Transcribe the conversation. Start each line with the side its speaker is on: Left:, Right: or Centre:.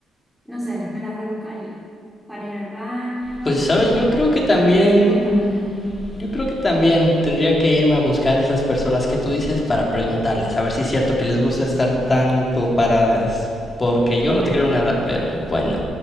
Centre: No sé, me las rebuscaría para ir al baño,
Left: Pues, ¿sabes?
Centre: para,
Left: Yo creo que también,
Centre: pero prefiero caminar.
Left: yo creo que también tendría que irme a buscar esas personas que tú dices para preguntarles, a ver si es cierto que les gusta estar tanto paradas, porque yo no
Centre: Bueno,
Left: te creo nada, pero bueno,